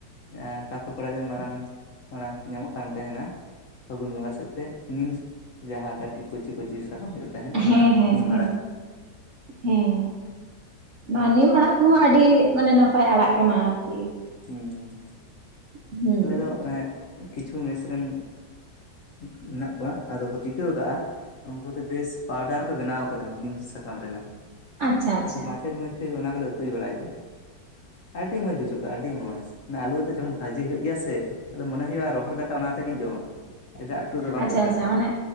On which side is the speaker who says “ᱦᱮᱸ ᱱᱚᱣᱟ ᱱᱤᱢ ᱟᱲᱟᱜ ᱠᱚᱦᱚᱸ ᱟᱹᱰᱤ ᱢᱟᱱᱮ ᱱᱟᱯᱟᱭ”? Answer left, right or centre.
Right